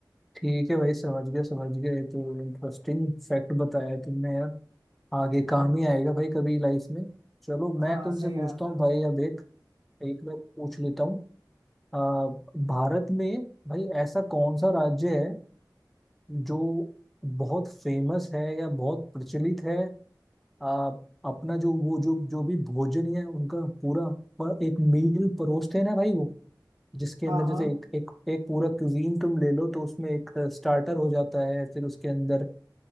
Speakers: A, in the centre; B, on the right.
A: ठीक है भाई समझ गए समझ गए तो इंटरेस्टिंग फैक्ट बताया तुमने यार आगे काम
B: हाँ
A: ही आएगा भाई कभी लाइफ में चलो
B: हाँ
A: मैं तुमसे
B: सही
A: पूछता
B: आता
A: हूँ
B: है
A: भाई अब एक एक मैं पूछ लेता हूँ आ, भारत में भाई ऐसा कौन सा राज्य है जो बहुत फेमस है या बहुत प्रचलित है आ, अपना जो वो जो जो भी भोजन है उनका पूरा प- एक मील परोसते हैं ना भाई वो जिसके
B: हाँ
A: अंदर
B: हाँ
A: जैसे एक एक एक पूरा क्यूजीन तुम ले लो तो उसमें एक स्टार्टर हो जाता है फिर उसके अंदर